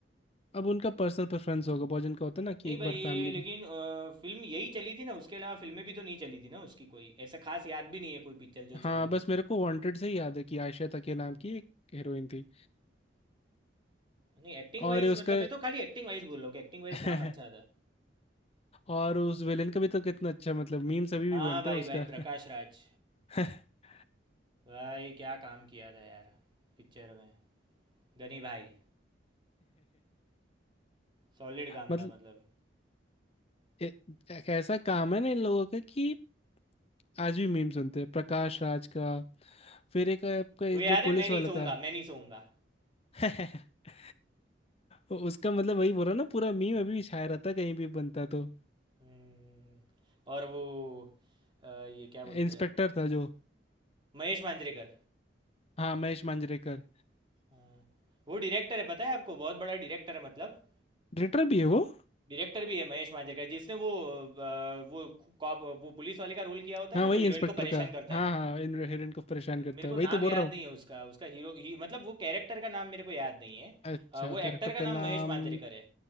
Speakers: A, on the left; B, on the right.
A: अब उनका पर्सनल प्रेफरेंस होगा बहुत जिनका होता है ना कि
B: नहीं
A: एक
B: भाई
A: बार
B: ये
A: फैमिली
B: लेकिन
A: में
B: अ, फिल्म यही चली थी ना उसके अलावा फिल्में भी तो नहीं चली थी ना उसकी कोई ऐसा खास याद भी नहीं है कोई पिक्चर जो
A: हाँ
B: चली है
A: बस
B: उसकी
A: मेरे को वांटेड से ही याद है कि आयशा तकिया
B: हम्म।
A: नाम की एक हीरोइन थी
B: नहीं एक्टिंग वाइज
A: और उसका
B: मतलब मैं तो खाली एक्टिंग वाइज बोल रहा हूँ कि एक्टिंग वाइज
A: <laughs>
B: काम अच्छा था
A: और उस विलेन का भी तो कितना अच्छा मतलब मीम्स अभी भी
B: हाँ
A: बनते
B: भाई
A: हैं उसका
B: भाई प्रकाश राज
A: <laughs>
B: भाई क्या काम किया था यार पिक्चर में गनी भाई सॉलिड काम
A: मतलब
B: था मतलब
A: ए- एक ऐसा काम है ना इन लोगों का कि आज भी मीम सुनते हैं प्रकाश राज का फिर एक आपका ये
B: वो याद
A: जो
B: है
A: पुलिस
B: मैं नहीं
A: वाला
B: सोऊंगा
A: था
B: मैं नहीं सोऊंगा
A: <laughs> उसका मतलब वही बोल रहा हूं ना पूरा मीम अभी भी छाया रहता है, कहीं भी बनता तो
B: हम्म, और वो अ, ये क्या बोलते
A: इंस्पेक्टर
B: हैं
A: था जो
B: महेश मांजरेकर
A: हाँ महेश मांजरेकर
B: हाँ, वो डायरेक्टर है पता है आपको बहुत बड़ा डायरेक्टर है मतलब
A: डायरेक्टर भी है वो
B: डायरेक्टर भी है महेश मांजरेकर जिसने वो अ, वो कॉप वो पुलिस वाले का रोल किया होता
A: हाँ
B: है ना
A: वही
B: जो हीरोइन
A: इंस्पेक्टर
B: को परेशान
A: का
B: करता
A: हाँ
B: है
A: हाँ इन हीरोइन को परेशान करता
B: मेरे को
A: है वही
B: नाम
A: तो बोल
B: याद
A: रहा हूँ
B: नहीं है उसका उसका हीरो ही, मतलब वो कैरेक्टर का नाम मेरे को याद नहीं है
A: अच्छा
B: अ, वो एक्टर
A: कैरेक्टर
B: का नाम
A: का नाम
B: महेश मांजरेकर है